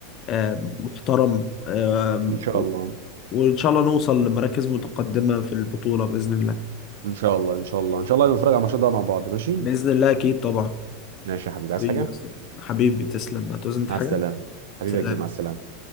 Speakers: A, on the left; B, on the right.
A: آه، محترم آه،
B: ان شاء الله
A: وان شاء الله نوصل لمراكز متقدمه في البطوله باذن الله
B: ان شاء الله ان شاء الله ان شاء الله نتفرج على الماتش ده مع بعض ماشي
A: باذن الله اكيد طبعا
B: ماشي يا حبيبي عايز
A: حبيبي
B: حاجه
A: يا أسطى. حبيبي تسلم هتعوز انت
B: مع
A: حاجه
B: السلامه حبيبي
A: سلام
B: يا كبير مع السلامه